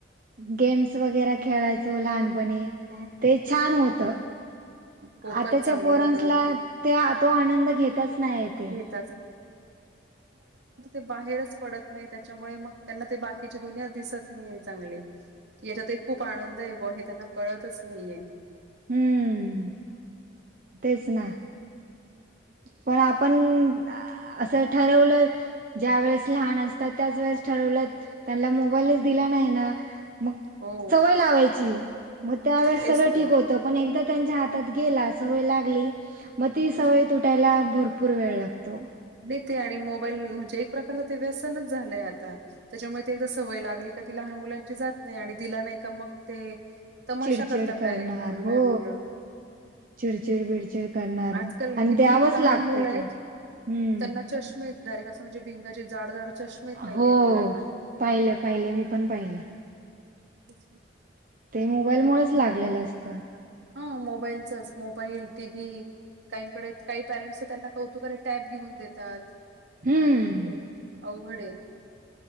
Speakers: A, on the right; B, on the right.
A: गेम्स वगैरे खेळायचो लहान पणी
B: मग
A: ते छान होतं,
B: खूपच
A: आताच्या
B: चांगलं
A: पोरान्सला
B: होतं.
A: ते, तो आनंद घेतच नाहीयेतं ते
B: <inaudible> ते बाहेरच पडत नाही. त्याच्यामुळे मग त्यांना ते बाकीची दुनिया दिसत नाई ये चांगली हे याच्यातही खूप आनंद आहे. ब हे त्यांना कळतच नाहीये.
A: हुं म तेच ना. पण आपण असं ठरवलंच. ज्या वेळेस लहान असतात, त्याच वेळेस ठरवलं, त्यांना मोबाईलच दिला नाही ना मग
B: हो
A: सवय लावायची मग त्यावेेळेस
B: तेच
A: सगळें
B: तर
A: ठीक होत तो पण एकदा त्यांच्या हातात गेला सवय लागली मग ती
B: हम्म.
A: सवय. त्याला भरपूर वेळ लागतो.
B: देते आणि मोबाईल म्हणजे एक प्रकारच ते व्यसनच झालंय आता त्याच्यामुळे ते जर सवय लागली का ती लहान मुलांची जात नाही आणि दिला नाही का मग ते तमाशा
A: चिडचिड
B: करतात
A: करणार
B: डायरेक्ट लहान लहान
A: हो
B: मुलं
A: चिडचिड बिडचिड करणार
B: आजकाल
A: आणि
B: किती
A: द्यावाच
B: लहान
A: लागतं
B: मुलं आहेत
A: ते हम्म
B: त्यांना चष्मे डायरेक्ट असं म्हणजे भिंगाचे जाड जाड चष्मे आहेत काही
A: हो
B: काही मुलांना.
A: पाहिलं पाहिले मी पण पाहिले
B: कसलं
A: ते मोबाईल मुळंच लागलेलं असतं.
B: हा मोबाईलचच मोबाईल टी व्ही. काहीकडे काही पॅरेंट्स त्यांना कौतुकाने टॅब घेऊन देतात
A: हम्म
B: काय म्हणजे. अवघड हे